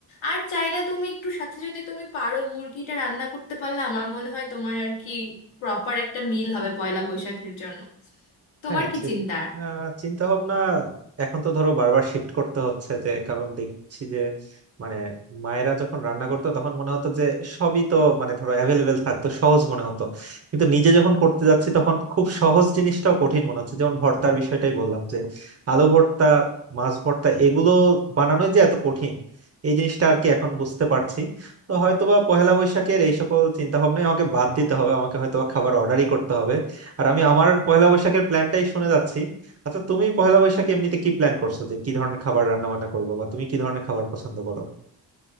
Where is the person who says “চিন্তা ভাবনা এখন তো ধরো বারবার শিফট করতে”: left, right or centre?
Right